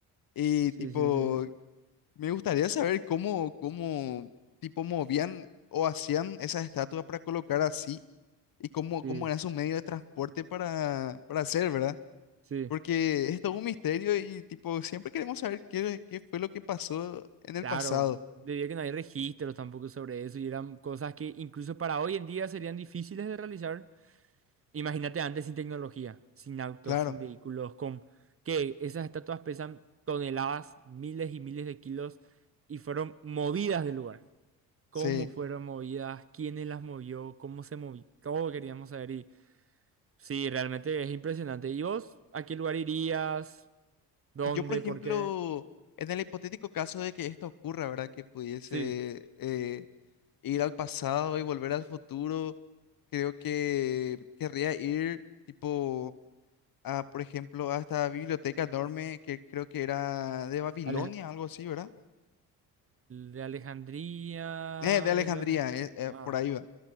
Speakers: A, on the left; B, on the right.
A: y
B: Sí,
A: tipo,
B: sí, sí, sí,
A: me gustaría saber cómo, cómo, tipo, movían o hacían esas estatuas para colocar así y cómo,
B: sí,
A: cómo era su medio de transporte para, para hacer, ¿verdad?
B: sí.
A: Porque es todo un misterio y tipo, siempre queremos saber qué, qué fue lo que pasó en
B: Claro,
A: el pasado.
B: debido a que no hay registros tampoco sobre eso y eran cosas que incluso para hoy en día serían difíciles de realizar. Imagínate antes sin tecnología, sin autos,
A: Claro,
B: sin vehículos, con que esas estatuas pesan toneladas, miles y miles de kilos y fueron movidas del lugar. ¿Cómo
A: sí.
B: fueron movidas? ¿Quiénes las movió? ¿Cómo se movió? Todo queríamos saber y sí, realmente es impresionante. ¿Y vos a qué lugar irías? ¿Dónde?
A: Y yo, por ejemplo,
B: ¿Por qué?
A: en el hipotético caso de que esto ocurra, ¿verdad? Que pudiese
B: Sí.
A: eh, ir al pasado y volver al futuro, creo que querría ir tipo a, por ejemplo, a esta biblioteca enorme que creo que era de Babilonia,
B: Aleja-
A: algo así, ¿verdad?
B: de Alejandría,
A: Eh, de
B: Babilonia.
A: Alejandría, eh, eh,
B: Ah,
A: por ahí va.